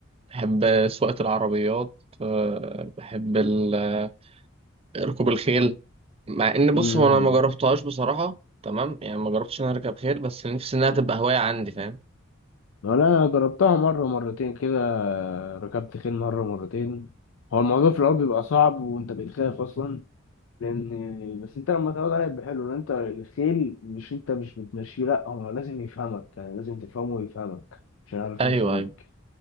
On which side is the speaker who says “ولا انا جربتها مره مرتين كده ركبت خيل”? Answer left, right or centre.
Left